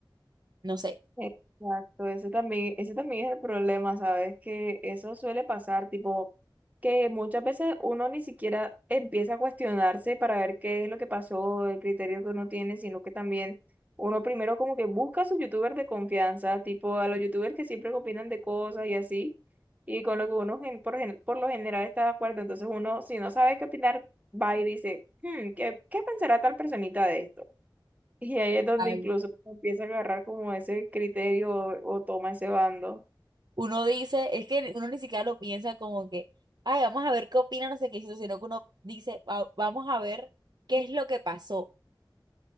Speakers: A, on the right (about 55°); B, on the right (about 20°).
A: No sé.
B: Exacto, ese también, ese también es el problema, ¿sabes? Que eso suele pasar, tipo, que muchas veces uno ni siquiera empieza a cuestionarse para ver qué es lo que pasó, el criterio que uno tiene, sino que también uno primero como que busca a sus youtubers de confianza, tipo a los youtubers que siempre opinan de cosas y así, y con lo que uno gen- por, gen- por lo general está de acuerdo. Entonces uno, si no sabe qué opinar, va y dice, "Hmm, ¿qué, qué pensará tal personita de esto? Y ahí es donde
A: al-
B: incluso uno empieza a agarrar como ese criterio o, o toma ese bando.
A: Uno dice, es que uno ni siquiera lo piensa como que, ay, vamos a ver qué opina, no sé qué hizo, sino que uno dice, "Va- vamos a ver qué es lo que pasó.